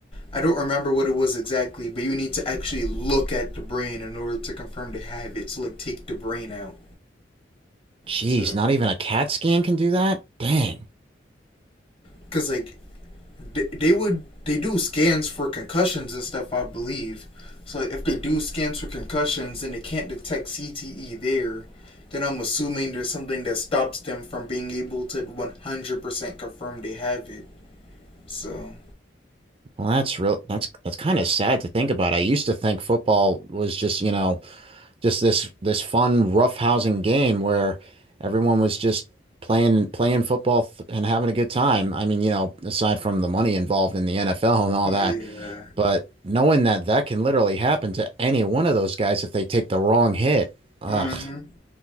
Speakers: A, on the left (about 30°); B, on the right (about 30°).
A: I don't remember what it was exactly, but you need to actually look at the brain in order to confirm they have it. So like, take the brain out.
B: Geez,
A: So,
B: not even a CAT scan can do that? Dang.
A: because like, they, they would they do scans for concussions and stuff, I believe. So like, if they do scans for concussions and they can't detect CTE there, then I'm assuming there's something that stops them from being able to 100% confirm they have it. So
B: Well, that's real that's that's kind of sad to think about. I used to think football was just, you know, just this this fun roughhousing game where everyone was just playing playing football th and having a good time. I mean, you know, aside from the money involved in the NFL and all
A: yeah,
B: that. But knowing that that can literally happen to any one of those guys if they take the wrong hit, ugh,
A: mm-hmm.